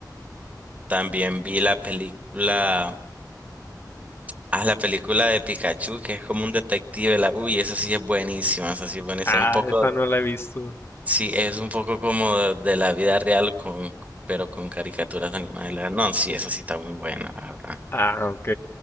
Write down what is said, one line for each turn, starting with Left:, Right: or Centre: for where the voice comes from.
Right: También vi la película, ah, la película de Pikachu, que es como un detective. La, uy, esa sí es buenísima, esa sí es buenísima.
Left: Ah,
Right: Un poco,
Left: esa no la he visto.
Right: sí, es un poco como de, de la vida real, con, pero con caricaturas animadas. la- No, sí, esa sí está muy buena, la verdad.
Left: Ah, ok.